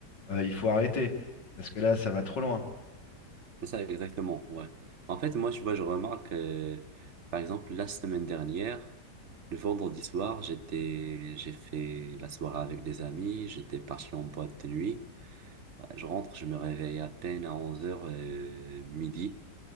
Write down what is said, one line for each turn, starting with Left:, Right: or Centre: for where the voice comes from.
Left: euh, il faut arrêter, parce que là ça va trop loin.
Right: C'est ça, exactement, ouais. En fait, moi, tu vois, je remarque, euh, par exemple, la semaine dernière, le vendredi soir, j'étais, j'ai fait la soirée avec des amis, j'étais parti en boîte de nuit. Bah, Je rentre, je me réveille à peine à onze heures euh, midi,